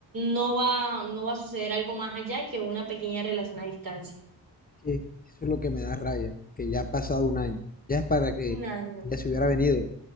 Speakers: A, on the right (about 55°); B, on the left (about 20°).
A: no va, no va a suceder algo más allá que una pequeña relación a distancia.
B: Que eso es lo que me da rabia, que ya ha pasado un año, ya es para que
A: Un año,
B: ella se hubiera venido,